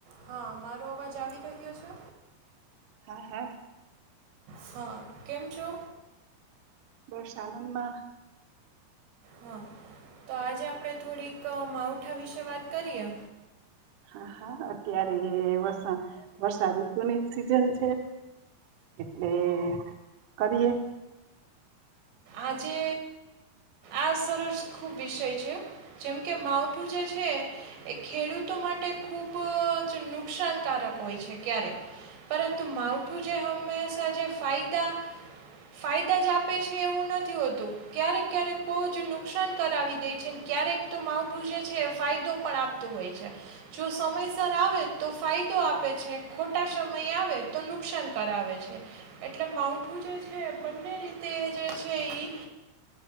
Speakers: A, on the right; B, on the right.
A: હા, મારો અવાજ આવી રહ્યો છે?
B: હા હા
A: હા. કેમ છો?
B: બસ આનંદમાં.
A: હા. તો આજે આપડે થોડીક અહ માવઠા વિશે વાત કરીએ.
B: હા હા, અત્યારે એ વર્ષા વર્ષા ઋતુની જ સીઝન છે એટલે કરીએ.
A: આજે આ સરસ ખૂબ વિષય છે જેમ કે માવઠું જે છે એ ખેડૂતો માટે ખૂબ જ નુકસાનકારક હોય છે. ક્યારેક પરંતુ માવઠું જે હંમેશા જે ફાયદા ફાયદા જ આપે છે. છે એવું નથી હોતું ક્યારેક ક્યારેક બહુ જ નુકસાન કરાવી દે છે ક્યારેક તો માવઠું જે છે એ ફાયદો પણ આપતું હોય છે. જો સમયસર આવે તો ફાયદો આપે છે, ખોટા સમય આવે તો નુકસાન કરાવે છે, એટલે માવઠું જે છે, બંને રીતે જે છે ઈ